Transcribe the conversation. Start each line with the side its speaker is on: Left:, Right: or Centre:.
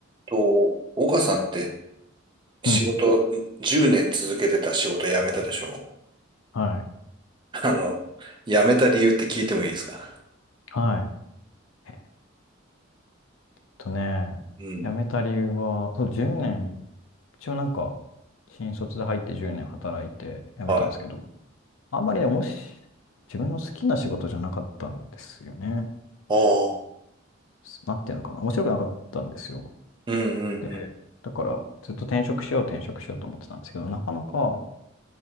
Right: と、岡さんって
Left: うん。
Right: 仕事、10年続けてた仕事辞めたでしょ
Left: はい。
Right: <laughs> あの、辞めた理由って聞いてもいいですか
Left: はい。えっとね、
Right: うん。
Left: 辞めた理由は、そう、10年、一応なんか、新卒で入って10年働いて辞めたんですけど、
Right: はい。あ
Left: あんまりね、おもし、自分の好きな仕事じゃなかったんですよね。
Right: あ。
Left: なんていうのかな、面白くなかったんですよ。
Right: うん
Left: で、
Right: うん
Left: だからずっと転職しよう転職しようと思ってたんですけど、なかなか、